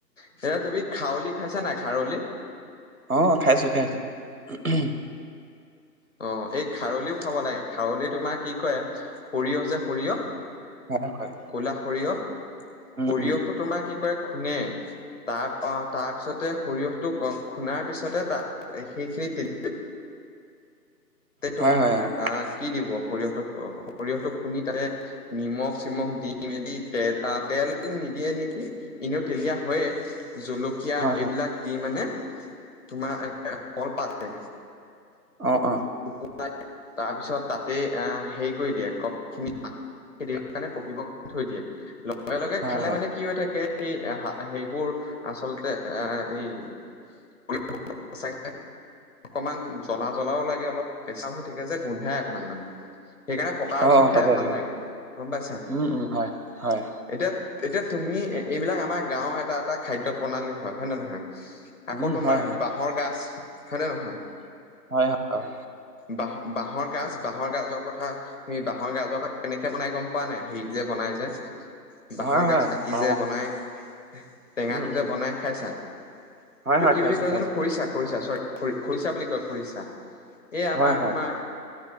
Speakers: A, on the left; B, on the right.
A: এতিয়া তুমি খাউলি খাইছা নাই, খাৰলি?
B: অ, খাইছো খাইছো <unintelligible>
A: অ, এই খাৰলিও খাব লাগে, খাৰলি তোমাৰ কি কয়, সৰিয়হ যে সৰিয়হ
B: হয় হয়
A: ক'লা সৰিয়হ
B: উম,
A: সৰিয়হটো
B: উম,
A: তোমাৰ কি কৰে খুনে তাৰ অ, তাৰ পিছতে সৰিয়হটো খুন্দাৰ পিছতে তাত, সেইখিনি তে তাতে
B: হয়,
A: তোমাৰ
B: হয়, অ',
A: আহ কি দিব, সৰিয়হটোক, সৰিয়হটোক খুন্দি তাতে নিমখ-চিমখ দি মেলি তেল, তেল নিদিয়ে নেকি? এনেও তেলীয়া হয়ে জুলক কিয়,
B: হয়,
A: এইবিলাক
B: হয়,
A: দি মানে তোমাৰ ক'ল পাতে
B: অ', অ,
A: শুকাই, তাৰপিছত তাতেই আহ হেৰি কৰি দিয়ে ক, খিনি <unintelligible> কাৰণে পকিব থৈ দিয়ে, লগে লগে
B: হয়,
A: খালে
B: হয়,
A: মানে কি হৈ থাকে। সেই সেইবোৰ আচলতে, আহ এই <unintelligible> অকনমান জ্বলা জ্বলাও লাগে, অলপ কেঁচা হৈ থাকে। যে গোন্ধাই অকনমান মানে সেইকাৰণে পকাৰ
B: অ',
A: পিছত
B: অ',
A: খাই
B: তাকে,
A: ভাল
B: তাকে,
A: লাগে, গম পাইছা।
B: উম, উম, হয়, হয়,
A: এতিয়া-এতিয়া তুমি এইবিলাক আমাৰ গাঁওৰ এটা, এটা খাদ্য প্ৰণালী হয়, হয়ে নে নহয়।
B: উম,
A: আকৌ তোমাৰ
B: হয়, হয়,
A: বাঁহৰ গছ হয় নে নহয়?
B: হয়, হয়।
A: বাঁহ- বাঁহৰ গাজ বাঁহৰ গাজৰ কথা <unintelligible> বাঁহৰ গাজৰ পাত কেনেকে বনাই, গম পোৱা নে নাই হেৰিত যে বনাই যে বাঁহৰ
B: হয়, হয়,
A: গাজ কাটি
B: পাওঁ,
A: যে
B: অ',
A: বনাই, টেঙাটো
B: উম,
A: যে
B: উম,
A: বনায়। খাইছা,
B: হয়,
A: এইটো
B: হয়,
A: কি
B: খাইছোঁ,
A: বুলি কয়‌
B: খাইছোঁ,
A: জানো, খৰিচা খৰিচা, চৰি খৰি-খৰিচা বুলি কয় খৰিচা এই আমাৰ
B: হয়, হয়,
A: তোমাৰ